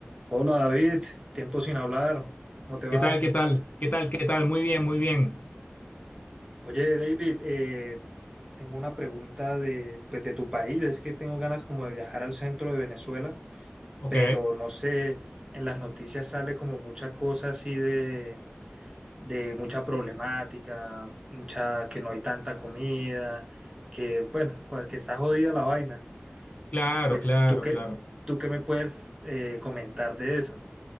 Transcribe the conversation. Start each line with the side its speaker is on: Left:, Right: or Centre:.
Right: Hola David, tiempo sin hablar, ¿cómo te va?
Left: ¿Qué tal? ¿Qué tal? ¿Qué tal? ¿Qué tal? Muy bien, muy bien.
Right: Oye David, eh, tengo una pregunta de, pues, de tu país, es que tengo ganas como de viajar al centro de Venezuela,
Left: Ok,
Right: pero no sé, en las noticias sale como mucha cosa así de, de mucha problemática, mucha que no hay tanta comida, que bueno, pues, que está jodida la vaina.
Left: claro,
Right: Pues
Left: claro,
Right: tú qué,
Left: claro.
Right: tú qué me puedes eh, comentar de eso.